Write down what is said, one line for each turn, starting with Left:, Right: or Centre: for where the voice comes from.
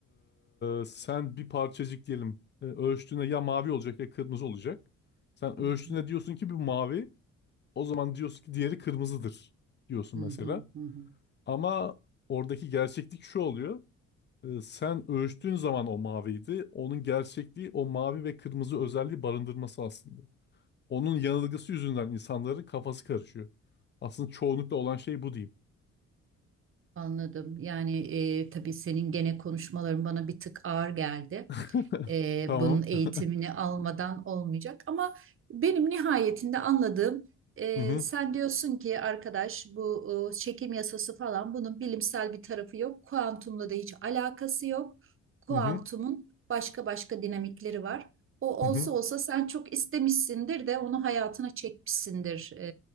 Left: E, sen bir parçacık diyelim e, ölçtüğünde ya mavi olacak ya kırmızı olacak. Sen
Right: hı
Left: ölçtüğünde
Right: hı,
Left: diyorsun ki bu mavi. O zaman diyorsun ki diğeri kırmızıdır diyorsun
Right: hı
Left: mesela.
Right: hı, hı hı.
Left: Ama oradaki gerçeklik şu oluyor. Ee, Sen ölçtüğün zaman o maviydi. Onun gerçekliği o mavi ve kırmızı özelliği barındırması aslında. Onun yanılgısı yüzünden insanların kafası karışıyor. Aslında çoğunlukla olan şey bu diyeyim.
Right: Anladım. Yani e, tabii senin gene konuşmaların bana bir tık ağır geldi.
Left: <laughs>
Right: e,
Left: Tamam.
Right: bunun eğitimini
Left: <laughs>
Right: almadan olmayacak. Ama benim nihayetinde anladığım e,
Left: Hı hı.
Right: sen diyorsun ki arkadaş bu e, çekim yasası falan bunun bilimsel bir tarafı yok. Kuantumla da hiç alakası yok. Kuantumun
Left: Hı hı.
Right: başka başka dinamikleri var. O
Left: Hı
Right: olsa
Left: hı.
Right: olsa sen çok istemişsindir de onu hayatına çekmişsindir e,